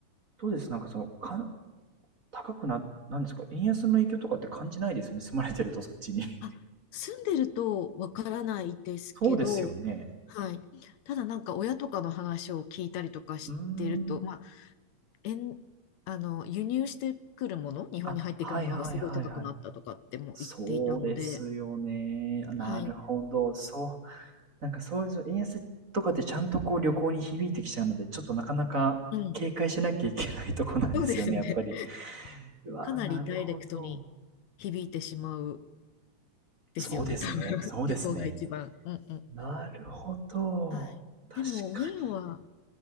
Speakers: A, on the right (about 30°); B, on the left (about 75°).
A: どうですなんかその、かん、高くな、なんですか円安の影響とかって感じないですよね。住まれてるとそっちに。<laughs>
B: あ、住んでるとわからないですけど、
A: そうですよね。
B: はい。ただなんか親とかの話を聞いたりとかしてると、
A: うーん。
B: まあ、円あの、輸入してくるもの、日本に入ってくるものがすごい高くなったとかっても言っていたので、
A: あ、はいはいはいはい。そうですよね。なるほど。
B: はい。
A: そう。なんかそういう円安とかってちゃんとこう旅行に響いてきちゃうので、ちょっとなかなか警戒しなきゃいけないとこなんですよね、
B: うん。そうですよね。
A: やっぱり。
B: <laughs>
A: うわ、
B: かなりダイレクトに
A: なるほど。
B: 響いてしまうですよね、
A: そうですね。
B: 多分。<laughs>
A: そうですね。
B: 旅行が一番。うんうん。
A: なるほど。
B: はい。
A: 確かに。
B: でも、ウィーンは